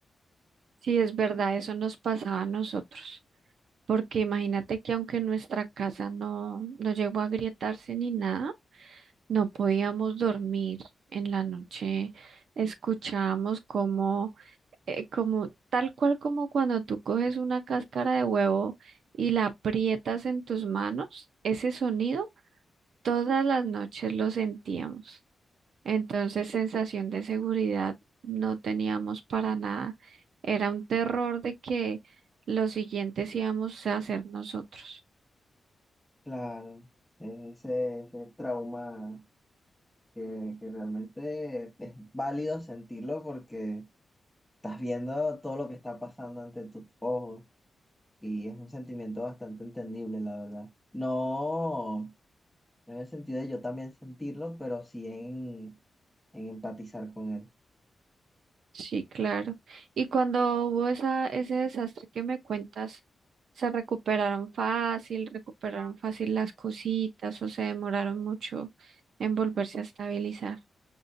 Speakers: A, on the right (about 80°); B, in the centre.
A: Sí, es verdad, eso nos pasaba a nosotros. porque imagínate que aunque nuestra casa no, no llegó a agrietarse ni nada, no podíamos dormir en la noche. Escuchábamos como, eh, como tal cual como cuando tú coges una cáscara de huevo y la aprietas en tus manos, ese sonido todas las noches lo sentíamos. Entonces, sensación de seguridad no teníamos para nada. Era un terror de que los siguientes íbamos a ser nosotros.
B: Claro, es ese, ese trauma que, que realmente es válido sentirlo porque... Estás viendo todo lo que está pasando ante tus ojos y es un sentimiento bastante entendible, la verdad. No, no en el sentido de yo también sentirlo, pero sí en, en empatizar con él.
A: Sí, claro. Y cuando hubo esa, ese desastre que me cuentas, ¿se recuperaron fácil, recuperaron fácil las cositas o se demoraron mucho en volverse a estabilizar?